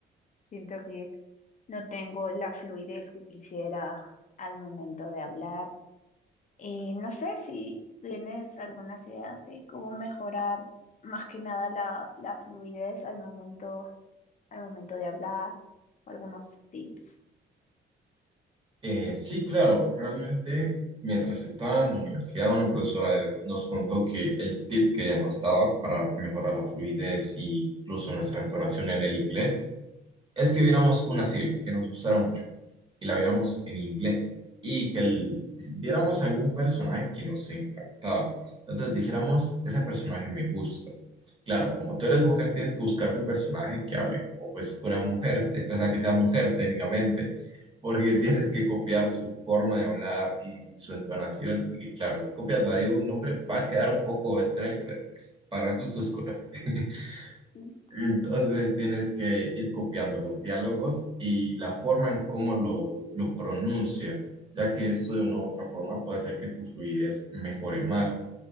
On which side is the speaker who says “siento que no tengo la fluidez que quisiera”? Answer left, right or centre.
Left